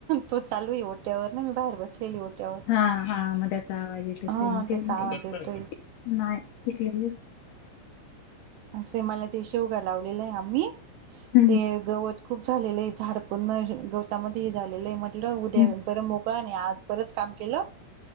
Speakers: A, on the right; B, on the left.
A: तो चालू आहे ओट्यावर ना मी बाहेर बसली लेली ओट्यावर.
B: हा हा त्याचा आवाज येत असेल
A: हा
B: म, तेच
A: त्याचा आवाज येतोय
B: नाही पिकलेले
A: असे मला ते शेवगा लावलेलं आहे आम्ही,
B: हम्म
A: ते गवत खूप झालेलं आहे झाड पण म्हणजे गवतामध्ये हे झालेलं हे म्हटलं, उद्या
B: हम्म
A: बरं मोक बायांनी आज बरच काम केल.